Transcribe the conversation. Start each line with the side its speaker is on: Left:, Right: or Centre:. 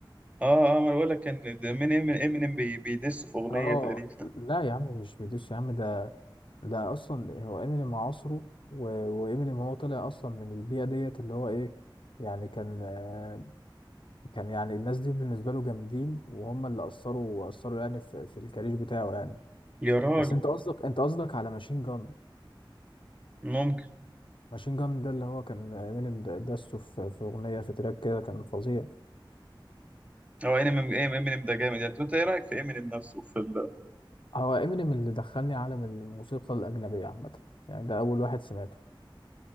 Right: اه اه ما انا بقول لك كان امينيم امينيم بيدسوا في اغنيه
Left: اه
Right: تقريبا
Left: لا يا عم مش بيدوس يا عم ده ده اصلا هو امينيم عصره و- وامينيم هو طلع اصلا من البيئه ديت اللي هو ايه يعني كان آه، كان يعني الناس دي بالنسبه له جامدين وهم اللي اثروا اثروا يعني في, في الكارير بتاعه يعني
Right: يا راجل
Left: بس انت قصدك انت قصدك على ماشين جان
Right: ممكن
Left: ماشين جان ده اللي هو كان امينيم د- دسه في في اغنيه في تراك كده كان فظيع
Right: هو امينيم امينيم ده جامد يعني طب انت ايه رايك في امينيم نفسه في ال
Left: هو امينيم اللي دخلني عالم الموسيقى الاجنبيه عامه يعني ده اول واحد سمعته